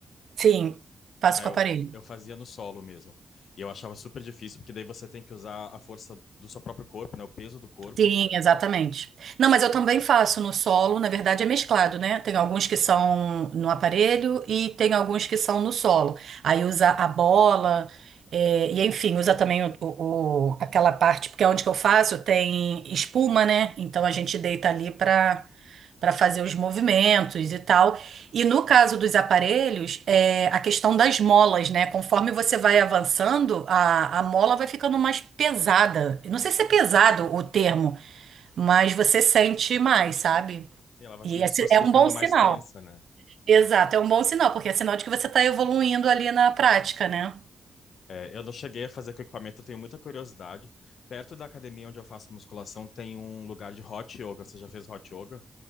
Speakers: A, on the right; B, on the left.
A: Sim, faço
B: Ah,
A: com
B: eu,
A: aparelho.
B: eu fazia no solo mesmo. E eu achava super difícil, porque daí você tem que usar a força do seu próprio corpo, né? O peso do corpo.
A: Sim, exatamente. Não, mas eu também faço no solo, na verdade é mesclado, né? Tem alguns que são no aparelho e tem alguns que são no solo. Aí usa a bola, é, e enfim, usa também o, o- o- aquela parte, porque onde que eu faço tem espuma, né? Então a gente deita ali para para fazer os movimentos e tal. E no caso dos aparelhos, é a questão das molas, né? Conforme você vai avançando, a, a mola vai ficando mais pesada. Eu Não sei se é pesado o termo, mas você sente mais, sabe?
B: Sim, ela vai
A: E
B: como
A: esse
B: se fosse
A: é
B: ficando
A: um bom sinal.
B: mais tensa, né?
A: Exato, é um bom sinal, porque é sinal de que você está evoluindo ali na prática, né?
B: É, eu não cheguei a fazer com equipamento, eu tenho muita curiosidade. Perto da academia onde eu faço musculação tem um lugar de hot yoga. Você já fez hot yoga?